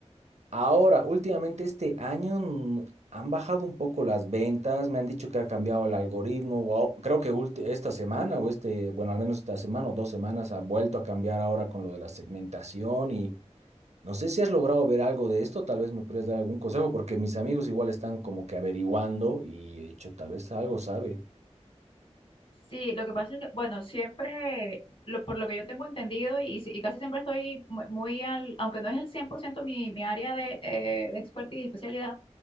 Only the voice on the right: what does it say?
Ahora, últimamente este año mm, han bajado un poco las ventas, me han dicho que ha cambiado el algoritmo, o- creo que ulti- esta semana o este, bueno, al menos esta semana o dos semanas ha vuelto a cambiar ahora con lo de la segmentación y no sé si has logrado ver algo de esto, tal vez me podrías dar algún consejo porque mis amigos igual están como que averiguando y he dicho, tal vez algo sabe.